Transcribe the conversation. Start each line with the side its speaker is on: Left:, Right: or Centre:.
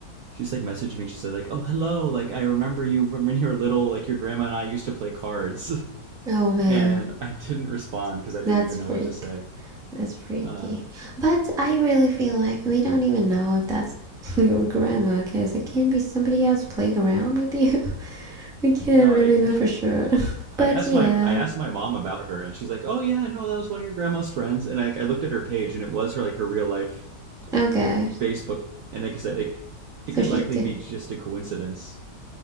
Right: she's like messaged me and she said like oh hello like i remember you from when you were little like your grandma and i used to play cards
Centre: Oh
Right: <laughs>
Centre: man,
Right: and i didn't respond because i didn't
Centre: that's
Right: even
Centre: freak.
Right: know what to say
Centre: That's freaky.
Right: um
Centre: But I really feel like we don't even know if that's <laughs> your grandma, because it can be somebody else playing around with you. <laughs> we can't
Right: no
Centre: really
Right: i
Centre: know for sure. <laughs> but
Right: i asked
Centre: yeah,
Right: my i asked my mom about her and she's like oh yeah no that was one of your grandma's friends and i, I looked at her page and it was her like her real life
Centre: okay.
Right: facebook and like i said it
Centre: So
Right: it could
Centre: she
Right: likely
Centre: did
Right: be just a coincidence